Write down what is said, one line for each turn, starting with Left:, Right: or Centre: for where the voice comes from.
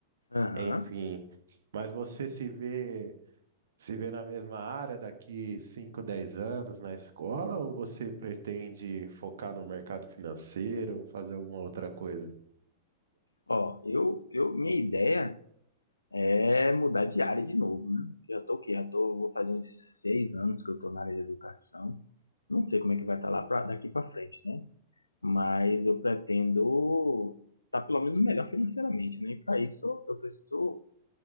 Left: Aham.
Right: enfim. Mas você se vê, se vê na mesma área daqui 5, 10 anos na escola ou você pretende focar no mercado financeiro, fazer alguma outra coisa?
Left: Ó, eu, eu, minha ideia é mudar de área de novo, né? Eu Já tô o quê? Já tô, vou fazer uns seis anos que eu tô na área de educação. Não sei como é que vai estar lá pra, daqui para frente, né? Mas eu pretendo estar pelo menos melhor financeiramente, né? E para isso eu preciso